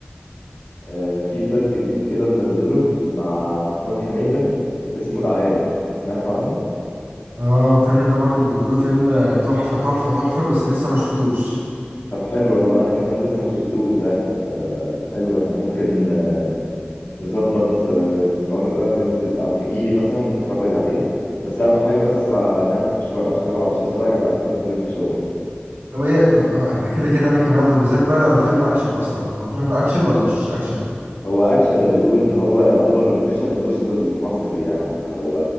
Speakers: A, on the left; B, on the right.
A: آه، في فيلم جديد كده منزله مع محمود حميده اسمه العارف سمعت عنه
B: اه الفيلم ده برضو بيقولوا فيلم تحفة تحفة تحفة بس لسه ما شفتوش
A: طب حلو والله انا كمان لسه ما شفتوش ده آه، حلو احنا ممكن آه، نظبط آه، في مره ننزل او تجيلي مثلا ونتفرج عليه بس اهم حاجه بس آه، نعمل فشار عشان انا ما بعرفش اتفرج على افلام من غير فشار
B: طب ايه طب آه، ده كده كده انا كمان وبالذات بقى لو الفيلم اكشن اصلا طب هو فيلم اكشن ولا مش اكشن
A: هو اكشن ده بيقولوا ان هو يعتبر ميشن امبوسيبل المصري يعني فهو